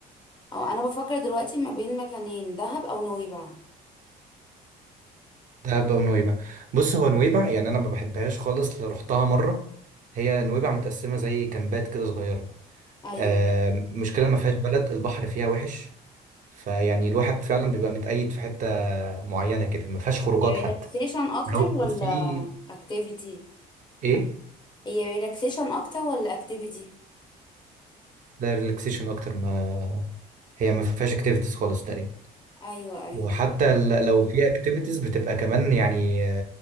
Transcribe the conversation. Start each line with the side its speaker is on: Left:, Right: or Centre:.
Left: او انا بفكر دلوقتي ما بين مكانين دهب او نويبع
Right: دهب او نويبع بص هو نويبع يعني انا ما بحبهاش خالص لا رحتها مرة هي نويبع متقسمة زي كامبات كده صغيرة
Left: ايوه
Right: آم، مشكلة ما فيهاش بلد البحر فيها وحش فيعني الواحد فعلا بيبقى متقيد في حتة معينة كده ما فيهاش خروجات
Left: هي
Right: حتى
Left: ريلاكسيشن اكتر
Right: ولو
Left: ولا
Right: في
Left: اكتيفيتي
Right: ايه
Left: هي ريلاكسيشن اكتر ولا اكتيفيتي
Right: ده ريلاكسيشن اكتر ما هي ما فيهاش اكتيفيتيز خالص تقريبا
Left: ايوه ايوه
Right: وحتى ال- لو في اكتيفيتيز بتبقى كمان يعني